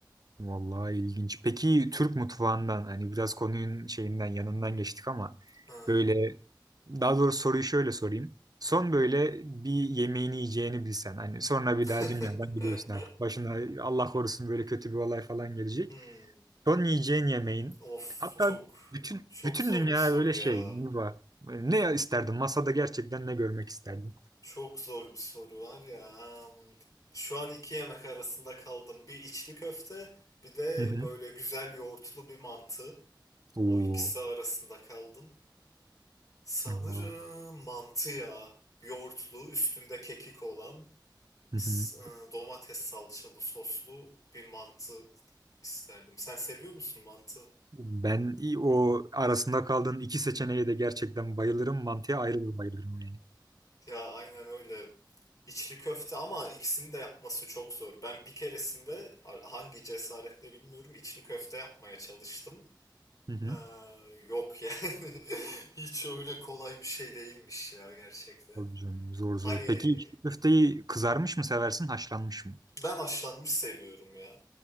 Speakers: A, on the right; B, on the left.
A: Vallahi ilginç. Peki Türk mutfağından hani biraz konunun şeyinden yanından geçtik ama
B: Ha.
A: böyle daha doğrusu soruyu şöyle sorayım. Son böyle bir yemeğini yiyeceğini bilsen hani sonra bir
B: <laughs>
A: daha dünyadan biliyorsun artık başına Allah korusun böyle kötü bir olay falan gelecek.
B: Hmm.
A: Son yiyeceğin yemeğin.
B: Of
A: Hatta
B: çok
A: bütün
B: çok
A: bütün
B: zor
A: dünya
B: bir soru
A: öyle şey.
B: ya.
A: yuva. Ne isterdin? Masada gerçekten ne görmek isterdin?
B: Çok zor bir soru var ya. Hmm. Şu an iki yemek arasında kaldım. Bir içli köfte, bir de
A: Hı hı.
B: böyle güzel yoğurtlu bir mantı.
A: Oo.
B: O ikisi arasında kaldım. Sanırım
A: Oo.
B: mantı ya. Yoğurtlu, üstünde kekik olan,
A: Hı
B: s-
A: hı.
B: e, domates salçalı soslu bir mantı isterdim. Sen seviyor musun mantı?
A: Ben i- o arasında kaldığın iki seçeneğe de gerçekten bayılırım. Mantıya ayrı bir bayılırım yani.
B: Ya aynen öyle. İçli köfte ama ikisini de yapması çok zor. Ben bir keresinde ar- hangi cesaretle bilmiyorum içli köfte yapmaya çalıştım.
A: Hı hı.
B: Ee, yok yani. <laughs> Hiç öyle kolay bir şey değilmiş ya gerçekten.
A: Tabii canım, zor
B: Hani
A: zor. Peki içli köfteyi kızarmış mı seversin, haşlanmış mı?
B: ben haşlanmış seviyorum ya.